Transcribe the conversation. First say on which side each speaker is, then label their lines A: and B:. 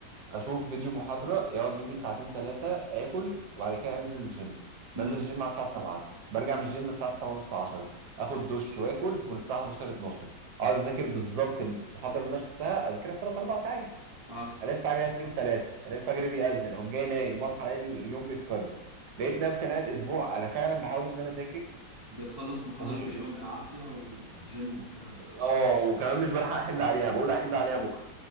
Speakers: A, on the right; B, on the right.
A: اشوف فيديو محاضره يقعد مني ساعتين ثلاثه اكل وبعد كده انزل الجيم بنزل
B: امم
A: الجيم على الساعه 7 برجع من الجيم الساعه 9 ونص 10 اخد دش واكل تكون الساعه 11 12 اقعد اذاكر بالظبط المحاضره اللي انا شفتها اذاكرها في 3 4 ساعات
B: اه
A: الاقي الساعه جايه 2 3 الاقي الفجر بيأذن اقوم جاي نايم اصحى الاقي اليوم بيتكرر لقيت نفسي انا قاعد اسبوع انا فعلا بحاول ان انا اذاكر
B: بتخلص محاضرة
A: ومش
B: في اليوم بالعافية وجيم وبتاع بس
A: اه وكمان مش بلحق احل عليها بقول احل عليها بكره